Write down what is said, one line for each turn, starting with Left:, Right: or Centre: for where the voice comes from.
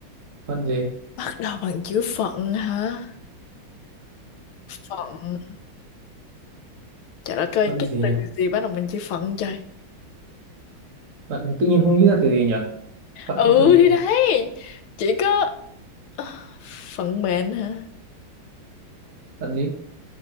Right: phận gì
Left: bắt đầu bằng chữ phận hả phận trời đất ơi
Right: phận
Left: cái
Right: gì
Left: từ
Right: nhỉ
Left: gì bắt đầu bằng chữ phận trời
Right: phận thì tự nhiên không nghĩ ra từ gì nhỉ phận
Left: ừ
Right: có từ gì
Left: thì
Right: không
Left: đấy chỉ có Ờ, phận mệnh hả
Right: phận gì